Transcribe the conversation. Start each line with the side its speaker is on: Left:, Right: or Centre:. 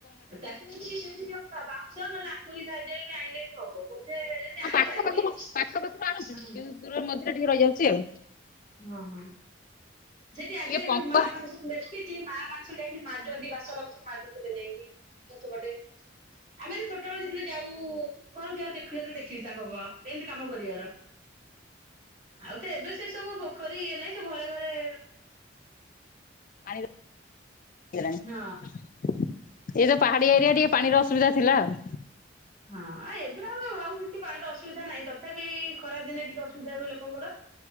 Right: ତାକୁ ଯଦି <unintelligible> ବାଉଁଶ ନହେଲେ ଆଙ୍କୁରୀ ସାହାଯ୍ୟରେ ବି ଆଣିଲେ ବି ହବ ବୋଧେ ଟାଣିପାରିଲେ
Left: ହଁ ପାଖ ପାଖରୁ ପାଖ ପାଖରୁ ଆଣୁଛୁ
Right: ହଁ
Left: କିନ୍ତୁ ଦୂର ମଝିରେ ଟିକେ ରହିଯାଉଛି ଆଉ
Right: ହଁ ହଁ। ସେଇଟି ଆଗେ
Left: ଟିକେ ପଙ୍କ
Right: ମା ମାନେ ସବୁ ବେଶିଛି ମା ମାନେ ସବୁ ଯାଇକି ମ ମାଜନ୍ତି ବାସନ କୁସନ ମଜୁଥିଲେ ଯାଇକି। ପଛ ବଟେ। ଆମେ ତ ଛୋଟବେେଳେ ଜତେଳେ ଯାଉ ଘରକୁ ଯାଉ ଦେଖୁ ସେତେଳେ ଦେଖିଚି ତାଙ୍କ ଏମିତି କାମ କରିବାର।
Left: ହ
Right: ଆଉ ତ ଏବେ ସେ ସବୁ ପୋଖରୀ ଇଏ ନାହିଁ ସେ ଘରେ ଘରେ
Left: ପାଣି ଏଇ
Right: ହଁ।
Left: ତ ପାହାଡି ଏରିଆ ଟିକେ ପାଣିର ଅସୁବିଧା ଥିଲା ଆଉ।
Right: ହଁ ଆଉ ଏବେ ଆଉ ଭାବ କିଛି ପାଣିର ଅସୁବିଧା ନାହିଁ ତଥାପି ଏଇ ଖରା ଦିନେ ଟିକେ ଅସୁବିଧା ହୁଏ ଲୋକଙ୍କର।